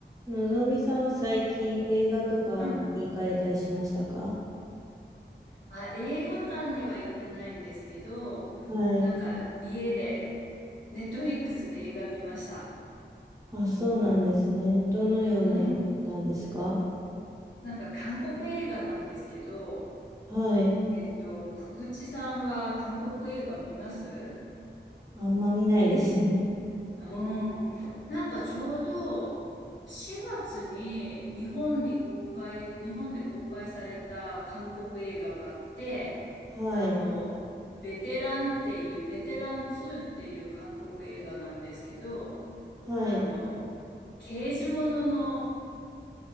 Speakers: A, on the right; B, on the left.
A: のぞみさんは最近映画とかに行かれたりしましたか
B: うん。あ、映画館には行ってないんですけど、
A: はい。
B: なんか家で、ネットフリックスで映画見ました。
A: あ、そうなんですね。どのような映画見たんですか
B: うん。なんか韓国映画なんですけど、
A: はい。
B: えっと、くくちさんは韓国映画見ます
A: あんま見ないですね。
B: うん。なんかちょうど4月に日本に公開、日本で公開された韓国映画があって、
A: はい。
B: あの、ベテランっていう、ベテラン2っていう韓国映画なんですけど、
A: はい。
B: あの、刑事ものの